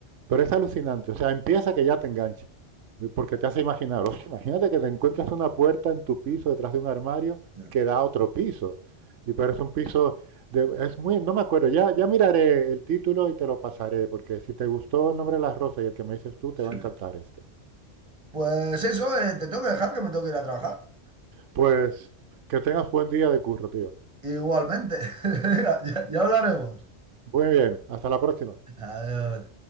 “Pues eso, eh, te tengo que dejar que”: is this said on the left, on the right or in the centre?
Right